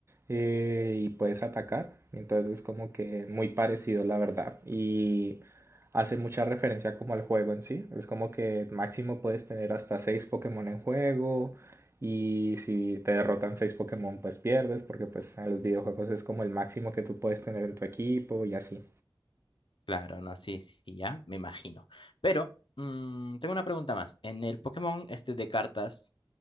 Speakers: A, on the right; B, on the left.
A: eh, y puedes atacar. Entonces es como que muy parecido la verdad. Y hace mucha referencia como al juego en sí. Es como que máximo puedes tener hasta seis Pokémon en juego. Y si te derrotan seis Pokémon, pues pierdes, porque pues en los videojuegos es como el máximo que tú puedes tener en tu equipo y así.
B: claro, no, sí, sí, sí, ya, me imagino. Pero mm, tengo una pregunta más. ¿En el Pokémon este de cartas